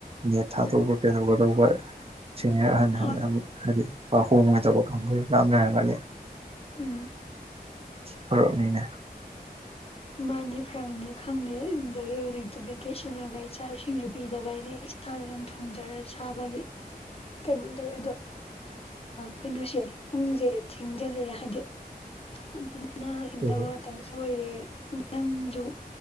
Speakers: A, on the right; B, on the left.
A: ꯅꯦꯠ ꯊꯥꯗꯧꯕ
B: ꯎꯝ
A: ꯀꯩꯩꯗꯧꯒꯗꯧꯕ ꯁꯦꯅꯤꯔ ꯑꯍꯟ
B: ꯍꯣꯏ
A: ꯍꯥꯏꯗꯤ ꯄꯥꯛ ꯍꯣꯡꯉꯣꯢꯗꯧꯕ ꯀꯥꯡꯕꯨ ꯌꯥꯝ ꯂꯩꯔꯝꯒꯅꯤ
B: ꯎꯝ
A: ꯄꯥꯔꯛꯅꯤꯅꯦ
B: ꯃꯥꯅꯦ ꯐꯔꯝꯅꯤ ꯈꯪꯗꯦ ꯑꯗꯨꯗꯒꯤ ꯍꯧꯖꯤꯛꯇꯤ ꯚꯦꯀꯦꯁꯟꯒ ꯑꯣꯢꯕꯩ ꯆꯥꯛꯏꯁꯤꯡꯁꯨ ꯄꯤꯗꯕꯩꯅꯦ ꯏꯁꯥꯅ ꯑꯗꯨꯝ ꯊꯣꯡꯖꯔ ꯆꯥꯕꯒꯤ ꯀꯩꯅꯣꯝ ꯇꯧꯋꯦ ꯑꯗꯣ ꯀꯩꯅꯣꯁꯦ ꯄꯨꯡꯁꯦ ꯊꯦꯡꯖꯜꯂꯛꯑꯦ ꯍꯥꯏꯗꯤ ꯇꯨꯝꯅ ꯍꯤꯞꯅꯕ
A: ꯍꯣꯏ ꯍꯣꯏ
B: ꯃꯇꯝꯁꯨ ꯑꯣꯏꯔꯦ ꯅꯪꯖꯨ